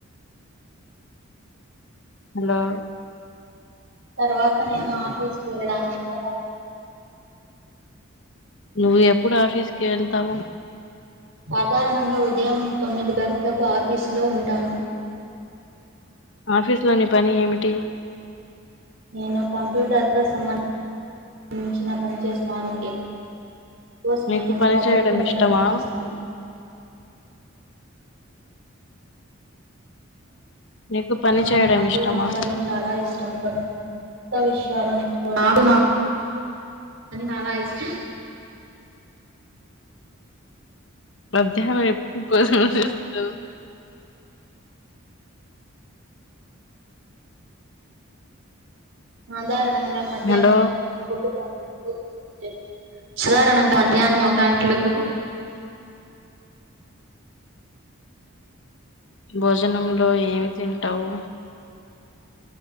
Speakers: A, on the left; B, on the right.
A: హలో
B: తర్వాత నేను ఆఫీసుకి వెళ్ళడానికి సిద్ధమవుతాను
A: నువ్వు ఎప్పుడు ఆఫీస్కి వెళ్తావు
B: సాధారణంగా ఉదయం తొమ్మిది గంటలకు ఆఫీసులో ఉంటాను
A: ఆఫీసు లో ని పని ఏమిటి
B: నేను కంప్యూటర్తో సంబంధించిన పని చేస్తాను ఎక్కువ సమయం
A: నీకు పని
B: ప్రాజెక్టుల
A: చేయడం
B: మీద
A: ఇష్టమా
B: పనిచేస్తాను.
A: నీకు పని
B: అవును
A: చేయడం
B: నాకు
A: ఇష్టమా
B: నా పని చాలా ఇష్టం పని విషయాలు <unintelligible> చాలా ఇష్టం
A: మధ్యాహ్నం ఎప్పుడు భోజనం చేస్తావు
B: ఉదాహరణ నిన్న మధ్యాహ్నం
A: హలో
B: ఒక క్లాస్ సాధారణంగా మధ్యాహ్నం ఒక గంటలకు
A: భోజనంలో ఏమి తింటావు